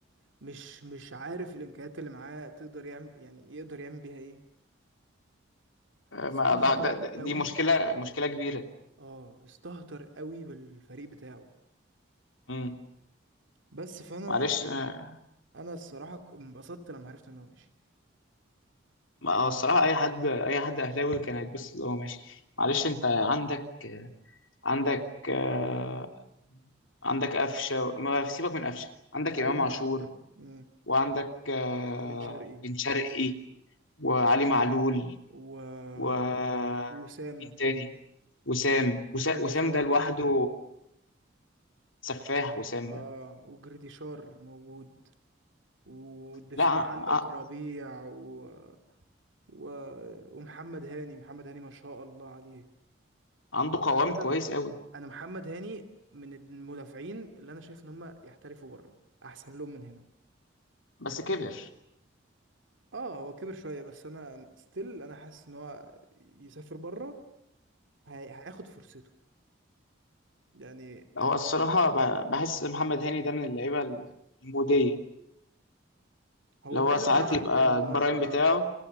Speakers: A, on the right; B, on the left.
A: مش مش عارف الامكانيات اللي معاه تقدر يعمل يعني يقدر يعمل بيها ايه استهتر
B: ما ده ده ده- دي
A: قوي
B: مشكلة مشكلة كبيرة
A: اه استهتر قوي بالفريق بتاعه
B: امم
A: بس فانا
B: معلش آه،
A: انا الصراحه ك- انبسطت لما عرفت ان هو مشي
B: ما هو الصراحة أي حد أي حد أهلاوي كان هيتبسط اللي هو ماشي معلش أنت عندك عندك آه، عندك قفشة ما سيبك من قفشة عندك
A: بعيدا
B: إمام عاشور
A: عن عشان مم.
B: وعندك آه،
A: بن شرقي
B: بن شرقي وعلي معلول
A: و...
B: ومين
A: وسام
B: تاني وسام وس-
A: وجريديشار
B: وسام ده لوحده سفاح وسام
A: اه
B: ده
A: وجريديشار موجود والدفاع
B: لا ع-
A: عندك ربيع و... و... ومحمد هاني محمد هاني ما شاء الله عليه
B: عنده قوام
A: عامه
B: كويس قوي
A: انا محمد هاني من المدافعين اللي انا شايف ان هم يحترفوا بره احسن لهم من هنا
B: بس كبر
A: اه هو كبر شوية بس انا ستيل انا حاسس ان هو يسافر بره هي... هياخد فرصته يعني
B: هو
A: ه-
B: الصراحة ب- بحس محمد هاني ده من اللعيبة المودية
A: هو
B: اللي هو
A: بعيدا
B: ساعات
A: اه عن
B: يبقى
A: كده ان
B: البرايم
A: هو آه.
B: بتاعه